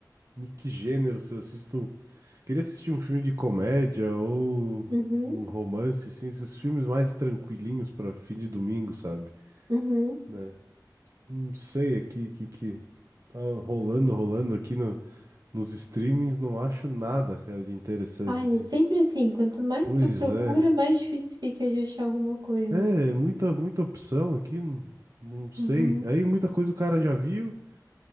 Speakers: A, on the right (about 50°); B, on the right (about 75°).
A: de que gênero, se eu assisto. Queria assistir um filme de comédia ou
B: uhum,
A: um romance, assim, esses filmes mais tranquilinhos pra fim de domingo, sabe?
B: uhum.
A: Né? Não sei aqui o que, que tá rolando, rolando aqui nos streamings não acho nada, cara, de interessante,
B: Ai,
A: assim.
B: sempre assim, quanto mais
A: Pois
B: tu procura,
A: é.
B: mais difícil fica de achar alguma coisa.
A: É, muita, muita opção aqui, não, não sei.
B: Uhum.
A: Aí muita coisa o cara já viu.